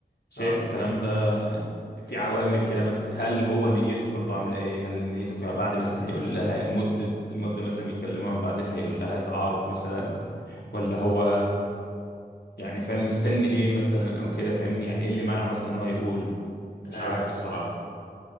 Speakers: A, on the left; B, on the left.
A: شايف
B: اه
A: الكلام ده في عوامل كده مثلا هل هو نيته برضو عاملة ايه هل نيته فيما بعد مثلا هيقول لها مدة المدة مثلا بيكلمها وبعدين هيقول لها تعارف مثلا ولا
B: مم.
A: هو يعني فاهم مستني ايه مثلا او كده فاهمني يعني ايه اللي مانعه مثلا ان هو يقول
B: أي
A: مش عارف الصراحة